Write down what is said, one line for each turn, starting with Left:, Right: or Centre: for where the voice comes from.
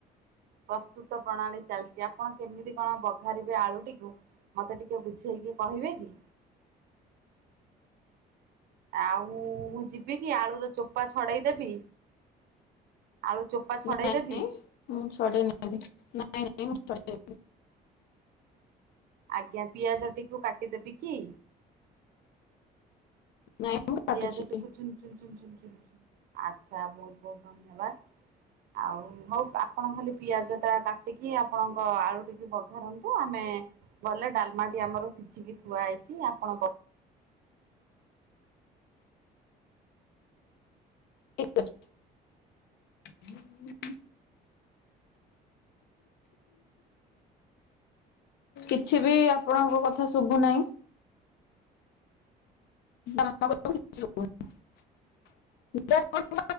Right: ପ୍ରସ୍ତୁତ ପ୍ରଣାଳୀ ଚାଲିଚି ଆପଣ କେମିତି କଣ ବଘାରିବେ ଆଳୁଟିକୁ ମତେ ଟିକେ ବୁଝେଇକି କହିବେକି? ଆଉ ମୁଁ ଯିବିକି ଆଳୁର ଚୋପା ଛଡ଼େଇଦେବି ଆଳୁ ଚୋପ୍ ପା ଛଡ଼େଇ
Left: ନାଇଁ
Right: ଦେବି?
Left: ନାଇଁ ମୁଁ <unintelligible> ନାଇଁ ନାଇଁ ମୁଁ <unintelligible>
Right: ଆଜ୍ଞା ପିଆଜ ଟିକୁ କାଟିଦେବିକି?
Left: ନାଇଁ ମୁଁ କାଟୁଛି।
Right: ପିଆଜ ଟିକୁ ଚୁନ୍ ଚୁନ୍ ଚୁନ୍ ଚୁନ୍ ଆଛା ବହୁତ୍ ବହୁତ୍ ଧନ୍ୟବାଦ। ଆଉ ହଉ ଆପଣ ଖାଲି ପିଆଜଟା କାଟିକି ଆପଣଙ୍କ ଆଳୁ ଟିକେ ବଘାରନ୍ତୁ ଆମେ ଭଲେ ଡାଲ୍ମାଟି ଆମର ସିଝିକି ଥୁଆ ହେଇଚି ଆପଣ କ
Left: ଠିକ୍ ଅଛି। <inaudible> କିଛିବି ଆପଣଙ୍କ କଥା ଶୁବୁ ନାଈଁ। <unintelligible>